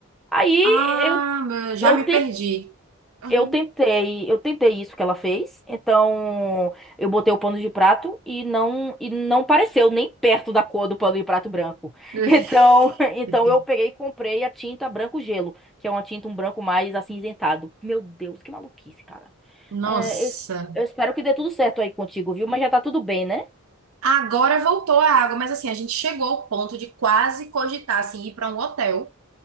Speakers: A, in the centre; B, on the right.
A: Aí
B: Ah,
A: eu
B: já
A: eu
B: me perdi. Uhum.
A: eu tentei, eu tentei isso que ela fez. Então, eu botei o pano de prato e não e não pareceu nem perto da cor do pano de prato branco.
B: <laughs>
A: <laughs> Então, então eu peguei e comprei a tinta branco gelo, que é uma tinta um branco mais acinzentado. Meu Deus, que maluquice, cara.
B: Nossa,
A: É, eu, eu espero que dê tudo certo aí contigo, viu? Mas já tá tudo bem, né?
B: Agora voltou a água, mas assim, a gente chegou ao ponto de quase cogitar assim, ir para um hotel,